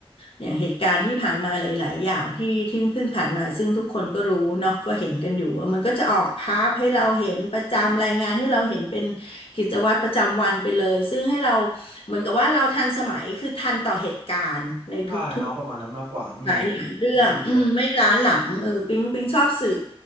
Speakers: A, on the left; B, on the right.
A: อย่างเหตุการณ์ที่ผ่านมาหลายๆอย่างที่ที่เพิ่งผ่านมาซึ่งทุกคนก็รู้เนาะก็เห็นกันอยู่ว่ามันก็จะออกภาพให้เราเห็นประจำรายงานให้เราเห็นเป็นกิจวัตรประจำวันไปเลยซึ่งให้เราเหมือนกับว่าเราทันสมัยคือทันต่อเหตุการณ์ในทุกๆ
B: ใช่เนาะประมาณนั้นมากกว่าอืม
A: หลายหลายเรื่องอืมไม่ล้าหลังเออปิ๊งปิ๊งชอบสื่อ
B: ผมก็เห็นด้วย